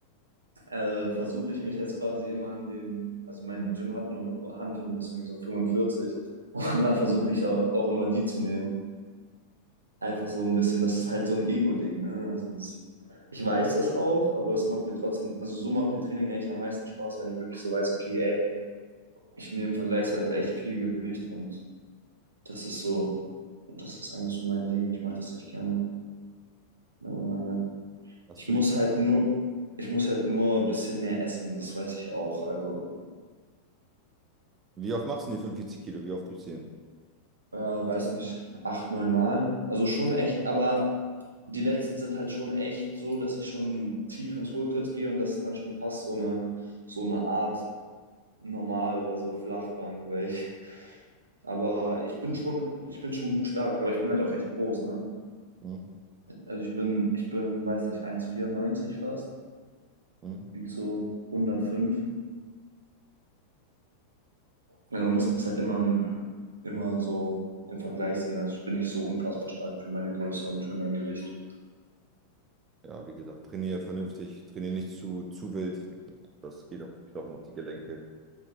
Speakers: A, on the right; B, on the right.
A: äh, versuche ich mich jetzt quasi immer an dem, also mein Gym hat nur Hanteln bis irgendwie so 45 und dann versuche ich auch, auch immer die zu nehmen. Einfach so ein bisschen, das ist halt so ein Ego-Ding, ne? Also es, ich weiß das auch, aber es macht mir trotzdem, also so macht mir Training eigentlich am meisten Spaß, wenn ich wirklich so weiß, okay, ey, ich nehme vergleichsweise echt viel Gewicht und das ist so, das ist eigentlich so mein Ding. Ich mag das echt gerne. Aber naja.
B: Hast
A: Ich
B: du
A: muss
B: dich,
A: halt nur, ich muss halt nur ein bisschen mehr essen, das weiß ich auch. Also
B: wie oft machst du denn die 45 Kilo? Wie oft drückst du die hin?
A: Äh, weiß nicht, acht, neun Mal. Also schon echt, aber die letzten sind halt schon echt so, dass ich schon tief ins Hohlkreuz gehe und das dann schon passt, so eine, so eine Art normal, also Flachbank, weil ich, aber ich bin schon, ich bin schon gut stark, aber ich bin halt auch echt groß, ne?
B: Hm?
A: Also ich bin, ich bin, weiß nicht, 1,94 fast,
B: Hm?
A: wieg so hundertfünf Also man muss das halt immer, im- immer so im Vergleich sehen. Also ich bin nicht so unfassbar stark für meine Größe und für mein Gewicht.
B: Ja, wie gesagt, trainiere vernünftig, trainiere nicht zu, zu wild. Das geht auf die Knochen, auf die Gelenke.